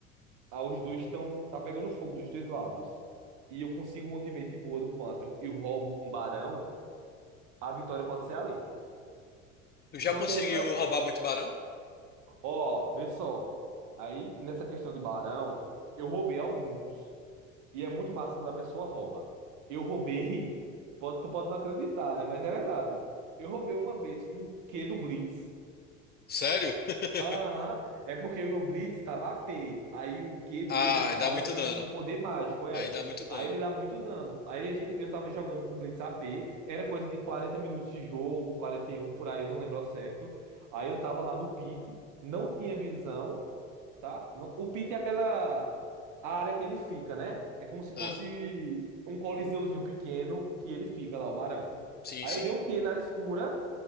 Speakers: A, on the right (about 50°); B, on the left (about 25°).
A: ah, os dois estão. Tá pegando fogo dos dois lados. E eu consigo um ultimate boa do Pantheon e roubo um barão, a vitória pode ser ali.
B: Tu já
A: Então
B: conseguiu
A: tem essa.
B: roubar muito barão?
A: Ó, vê só. Aí, nessa questão de barão, eu roubei alguns. E é muito massa quando a pessoa rouba. Eu roubei. Pode, tu pode não acreditar, né? Mas é verdade. Eu roubei uma vez com o Q do Blitz.
B: Sério? <laughs>
A: Aham. É porque o meu Blitz tava AP. Aí o Q dele
B: Ah,
A: escala
B: dá muito
A: com
B: dano.
A: um poder mágico, é.
B: Aí dá muito dano.
A: Aí ele dá muito dano. Aí a gente, eu tava jogando com Blitz AP. Era coisa de 40 minutos de jogo, 41 por aí, eu não lembro ao certo. Aí eu tava lá no pique, não tinha visão tá? não O pit é aquela a área que ele fica, né? É como se fosse
B: Ah,
A: um coliseuzinho pequeno que ele fica lá, o barão.
B: sim,
A: Aí
B: sim.
A: eu dei um Q na escura